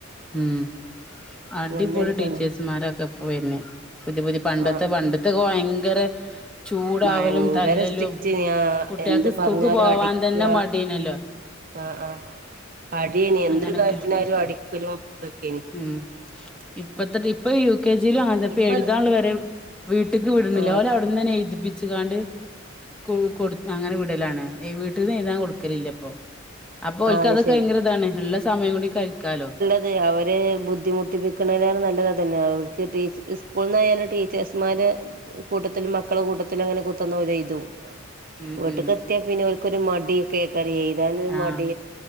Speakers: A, in the centre; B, on the right.
A: ഉം അടിപൊളി
B: നല്ല ഇതാണ്
A: ടീച്ചേഴ്സ്മാരൊക്കെ ഇപ്പ വരുന്നെ പുതിയ പുതിയ പണ്ടത്തെ
B: ആ
A: പണ്ട ത്തെ ഒക്കെ ഭയങ്കര ചൂടാവലും
B: ഭയങ്കര
A: തല്ലലും
B: സ്ട്രിക്റ്റ് ഞാ
A: കുട്ടികൾക്ക്
B: എന്ത്
A: സ്കൂൾക്ക്
B: പറഞ്ഞാലും
A: പോവാൻ
B: അടിക്കുക
A: തന്നെ മടി ആയിരുന്നല്ലോ
B: ആ ആ അടി എയ്നി എന്തൊരു
A: അങ്ങനൊക്കെ
B: കാര്യത്തിനായാലും അടിക്കലും ഇതൊക്കെനി
A: ഉം ഇപ്പത്തെ ടീ ഇപ്പം യൂ കെ ജി യിലും അങ്ങൻത്തന്നെ ഇപ്പം
B: ഇപ്പ
A: എഴുതാനുള്ളത് വരെ വീട്ട്ക് വിട്ണില്ല
B: ആ
A: നൽ അവി ഇവട്ന്നന്നെ എഴുതിപ്പിച്ചുകാണ്ട് കു കൊട് അങ്ങനെ വിടലാണ് വീട്ടിന്ന് എഴുതാൻ കൊടുക്കലില്ലപ്പൊ അപ്പൊ ഒൽക്ക്
B: ആ
A: അത് ഒക്കെ
B: ശരി
A: ഭയങ്കര ഇതാണ് ഉള്ള സമയം കൂടി കളിക്കാലോ
B: അത് അവര് ബുദ്ധിമുട്ടിപ്പിക്ണരെ നല്ലതാ അതന്നെ ഓൽക്ക് ടീച്ചർ സ്കൂളിൽന്നായാലും ടീച്ചേയ്സ് മാരെ കൂട്ടത്തിലും മക്കള കൂട്ടത്തിലും അങ്ങനെ കുത്തി ഇരുന്ന് ഓൽ എഴുതും
A: ഉം
B: വീട്ക്ക്ത്തിയാ
A: ഉം
B: പിന്നെ ഓൽക്കൊരു മടിയൊക്കെ അയ്ക്കാരം എഴുതാനൊരു
A: ആഹ്
B: മ ടി